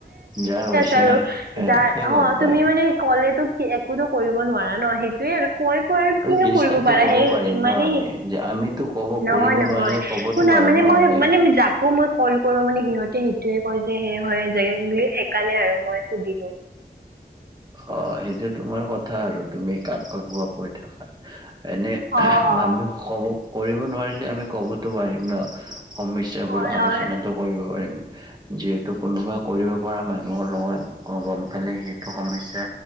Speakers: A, on the right (about 25°); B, on the right (about 65°).
A: যাৰ হৈছে
B: হেল্লো
A: নে সিহঁতে
B: জান অ'
A: গম পায়
B: তুমি
A: আৰু
B: মানে কলেজত কি একোটো কৰিব নোৱাৰা ন, সেইটোয়ে আৰু কৈ কৈ আৰু কিনো
A: ডিচকাচটো
B: কৰিব পাৰা,
A: ক'ব
B: সেই
A: পাৰিম
B: ইমানেই
A: ন আমি
B: সেইটো,
A: যে আমিতো ক'ব
B: নহয়
A: কৰিব
B: নহয়
A: নোৱাৰিলে ক'বতো
B: শুনা
A: পাৰো
B: মানে
A: ন
B: মই,
A: সেয়ে
B: মানে মই যাক আকৌ মই ক'ল কৰোঁ মানে সিহঁতে সিটোৱে কয় যে সেই হয় যে বুলি সেইকাৰনে আৰু মই সুধিলোঁ।
A: অ' সেইটো তোমাৰ কথা আৰু তুমি কাক কাক কোৱা কৈ থাকা। এনে
B: অ অ
A: আমি ক'ব, কৰিব নোৱাৰিলে আমি ক'বতো পাৰিম ন। সমস্যাবোৰ
B: হয়
A: আলোচনাটো
B: হয়
A: কৰিব পাৰিম, যিহেতু কোনোবা কৰিব পৰা মানুহৰ লগত গ'ম পালে সেই সমস্যা